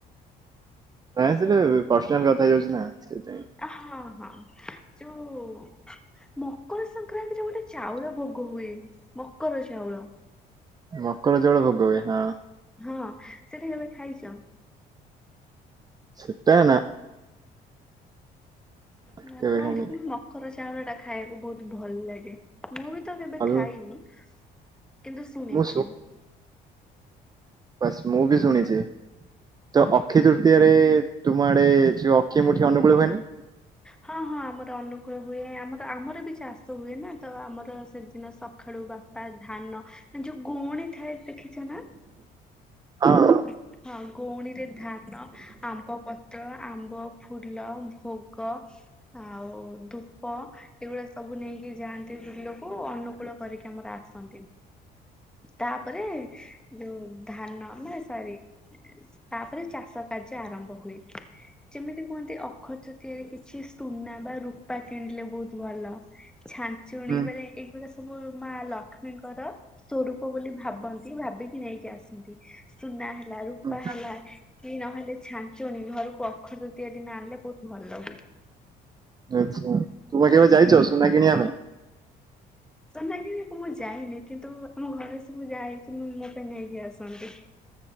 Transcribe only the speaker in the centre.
ହଁ ହଁ ଯୋଉ ମକର ସଂକ୍ରାନ୍ତିରେ ଗୋଟେ ଚାଉଳ ଭୋଗ ହୁଏ, ମକର ଚାଉଳ।
ହଁ ହଁ ସେଟା କେବେ ଖାଇଛ?
ନା
କୁହନ୍ତି
କି ମକର ଚାଉଳ ଟା ଖାଇବାକୁ ବହୁତ ଭଲ ଲାଗେ। ମୁଁ ବି ତ କେବେ
ଖାଇନି କିନ୍ତୁ ଶୁଣିଛି।
ହଁ
ହଁ ହଁ ଆମର ଅନୁକୂଳ ହୁଏ ଆମର ଆମର ବି ଚାଷ ହୁଏ ନା ତ ଆମର ସେଦିନ ସ ସଖାଳୁ ବାପା ଧାନ ଯୋଉ ଗୁଣି ଥାଏ ଦେଖିଛ ନା।
<inaudible> ହଁ ଗଉଣୀରେ ଧାନ ଆମ୍ବ ପତ୍ର ଆମ୍ବ ଫୁଲ ଭୋଗ ଆଉ ଧୂପ ଏଗୁଡା ସବୁ ନେଇକି ଯାଆନ୍ତି। ବିଲକୁ ଅନୁକୂଳ କରିକି ଆମର ଆସନ୍ତି। ତାପରେ ଯୋଉ ଧାନ ନା ସରି ତାପରେ ଚାଷ କାର୍ଯ୍ୟ ଆରମ୍ଭ ହୁଏ। ଯେମିତି କୁହନ୍ତି ଅ ଅଖ ତୁତିଆରେ କିଛି ସୁନା ବା ରୂପା କିଣିଲେ ବହୁତ ଭଲ। ଛା ଚୁଣୀ
ଏଇଗୁଡା ସବୁ ମା ଲକ୍ଷ୍ମୀଙ୍କର ସ୍ୱରୂ ପ ବୋଲି ଭାବନ୍ତି ଭାବିକି ନେଇକି ଆସନ୍ତି। ସୁନା ହେଲା ରୂପା
ହେଲା କି ନହେଲେ ଛାଞ୍ଚୁନି ଘରକୁ ଅଖ ତୁତିଆ ଦିନ ଆଣିଲେ ବହୁତ ଭଲ।
ନାଇଁ ମୁଁ କେବେ ଯାଇନି କିନ୍ତୁ ଆମ ଘରେ ସବୁ ଯାଇକି ମୋ ପାଇଁ ନେଇକି ଆସନ୍ତି।